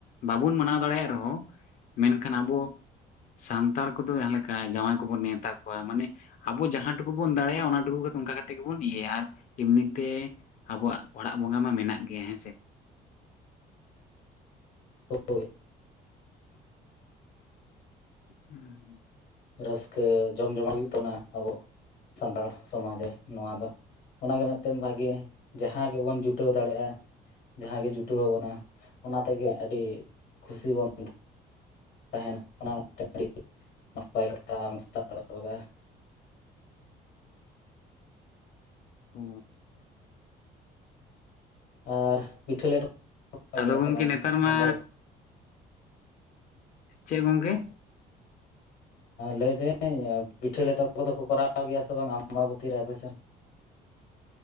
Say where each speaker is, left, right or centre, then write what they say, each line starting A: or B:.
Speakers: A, on the left; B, on the left.
A: ᱵᱟᱵᱩᱱ ᱢᱟᱱᱟᱣ ᱫᱟᱲᱮᱭᱟᱜ ᱨᱮᱦᱚᱸ ᱢᱮᱱᱠᱷᱟᱱ ᱟᱵᱚᱼᱼ ᱥᱟᱱᱛᱟᱲ ᱠᱚᱫᱚ ᱡᱟᱦᱟᱸ ᱞᱮᱠᱟ ᱡᱟᱸᱣᱟᱭ ᱠᱚᱵᱚᱱ ᱱᱮᱶᱛᱟ ᱠᱚᱣᱟ, ᱢᱟᱱᱮᱼᱼ ᱟᱵᱚ ᱡᱟᱦᱟᱸ ᱴᱩᱠᱩ ᱵᱚᱱ ᱫᱟᱲᱮᱭᱟᱜ-ᱟ ᱚᱱᱟ ᱴᱩᱠᱩ ᱚᱱᱠᱟ ᱠᱟᱛᱮ ᱜᱮᱵᱚᱱ ᱤᱭᱟᱹᱭᱟ ᱟᱨ ᱤᱢᱱᱤᱛᱮᱼᱼ ᱟᱵᱚᱣᱟᱜ ᱚᱲᱟᱜ ᱵᱚᱸᱜᱟ ᱢᱟ ᱢᱮᱱᱟᱜ ᱜᱮᱭᱟ ᱦᱮᱸᱥᱮ᱾
B: ᱦᱳᱭ᱾
A: ᱦᱩᱸ
B: ᱨᱟᱹᱥᱠᱟᱹ ᱡᱚᱢ ᱡᱚᱢᱟ ᱦᱩᱭᱩᱜ ᱛᱟᱱᱚᱱᱟ ᱟᱵᱚ ᱥᱟᱱᱛᱟᱲ ᱥᱚᱢᱟᱡᱽ ᱨᱮ ᱱᱚᱣᱟ ᱫᱚ᱾ ᱚᱱᱟᱜᱮ ᱢᱤᱫᱴᱮᱱ ᱵᱷᱟᱜᱮ ᱡᱟᱦᱟᱸ ᱜᱮᱵᱚᱱ ᱡᱩᱴᱟᱹᱣ ᱫᱟᱲᱮᱭᱟᱜ-ᱟ᱾ ᱡᱟᱦᱟᱸ ᱜᱮ ᱡᱩᱴᱟᱹᱣ ᱟᱵᱚᱱᱟ ᱚᱱᱟ ᱛᱮᱜᱮ ᱟᱹᱰᱤ ᱠᱷᱩᱥᱤ ᱵᱚᱱᱼᱼ ᱛᱟᱦᱮᱸᱱᱟ ᱚᱱᱟ ᱢᱤᱫᱴᱟᱹᱝ ᱟᱹᱰᱤ ᱱᱟᱯᱟᱭ ᱠᱟᱛᱷᱟ <unintelligible>
A: ᱚ
B: ᱟᱨ ᱯᱤᱴᱷᱟᱹ ᱞᱮᱴᱚ
A: ᱟᱫᱚ
B: ᱜᱮᱭᱟ ᱯᱮ
A: ᱜᱚᱢᱠᱮ
B: ᱥᱮ ᱵᱟᱝ
A: ᱱᱮᱛᱟᱨ ᱢᱟ
B: ᱟᱢᱵᱟ?
A: ᱪᱮᱫ ᱜᱚᱝᱠᱮ?
B: ᱞᱟᱹᱭᱫᱟᱹᱧ ᱯᱤᱴᱷᱟᱹ ᱞᱮᱴᱚ ᱠᱚᱫᱚ ᱠᱚ ᱠᱚᱨᱟᱣ ᱜᱮᱭᱟ ᱥᱮ ᱵᱟᱝ ᱟᱢᱵᱟᱵᱚᱛᱤ ᱨᱮ ᱟᱯᱮ ᱥᱮᱱ?